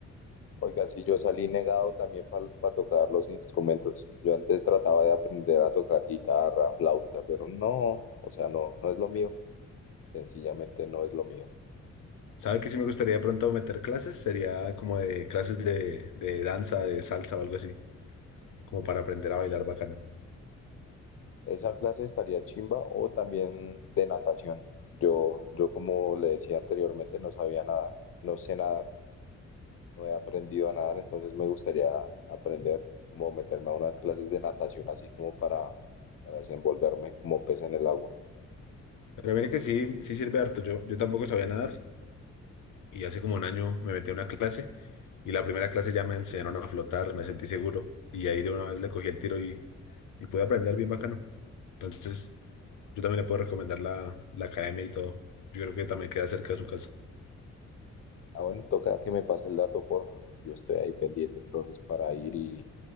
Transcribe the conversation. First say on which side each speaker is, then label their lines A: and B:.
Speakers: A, on the left; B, on the left.
A: Oiga, sí, yo salí negado también para tocar los instrumentos. Yo antes trataba de aprender a tocar guitarra, flauta, pero no, o sea, no, no es lo mío, sencillamente no es lo mío.
B: ¿Sabe que sí me gustaría de pronto meter clases? Sería como de clases de, de danza, de salsa o algo así. como para aprender a bailar bacano.
A: Esa clase estaría chimba o también de natación. Yo, yo como le decía anteriormente, no sabía nadar, no sé nadar, no he aprendido a nadar, entonces me gustaría aprender, como meterme a unas clases de natación, así como para, para desenvolverme como pez en el agua.
B: Pero mire que sí, sí sirve harto. Yo, yo tampoco sabía nadar y hace como un año me metí a una clase y la primera clase ya me enseñaron a flotar, me sentí seguro y ahí de una vez le cogí el tiro y, y pude aprender bien bacano. Entonces, yo también le puedo recomendar la, la academia y todo. Yo creo que también queda cerca de su casa.
A: Ah, bueno, toca que me pase el dato, porfa. Yo estoy ahí pendiente entonces para ir y,